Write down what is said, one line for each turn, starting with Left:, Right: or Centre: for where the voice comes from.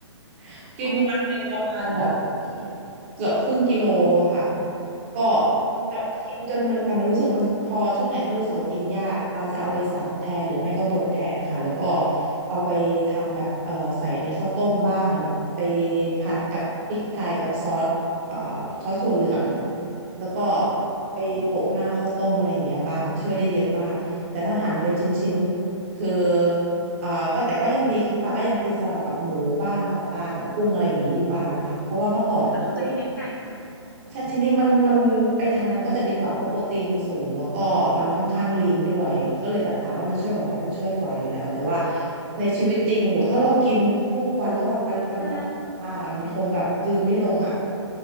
Right: <laughs> กินวันหนึ่งประมาณแบบ
Left: อ๋อ
Right: เกือบครึ่งกิโลอะค่ะก็
Left: อ๋อ
Right: แบบกินจนมันแต่มันรู้สึกว่ามันพอช่วงไหนถ้ารู้สึกว่ากินยากปาจะเอาไปสับแทนหรือไม่ก็บดแทนค่ะแล้วก็เอาไปทำแบบเอ่อใส่ในข้าวต้มบ้างแบบไปผัดกับพริกไทยกับซอสเอ่อซอสถั่วเหลืองแล้วก็
Left: อ๋อ
Right: ไปโปะหน้าข้าวต้มอะไรอย่างเงี้ยบ้างช่วยได้เยอะมากแต่ถ้าหั่นเป็นชิ้นๆคือ เอ่อก็แต่ก็ยังดีคือปลาก็ยังกินสลับกับหมูบ้างกับปลากับกุ้งอะไรอย่างนี้อยู่บ้างค่ะเพราะว่าเมื่อก่อนเคยเป็น
Left: อ๋อแต่เขาจะให้เน้นไก่ปะ
Right: ใช่จริงๆมันมันไปทางนั้นก็จะดีกว่าเพราะโปรตีนสูงแล้วก็มันค่อนข้างลีนด้วยก็เลยแบบถามว่ามันช่วยกว่าไหมมันช่วยกว่าอยู่แล้วแต่ว่า
Left: อืม
Right: ในชีวิตจริงโอ้โหถ้าเรากินทุกวันแล้ววันปะวันปริมาณมากอ่ะมันคงแบบกลืนไม่ลงอ่ะ
Left: ใช่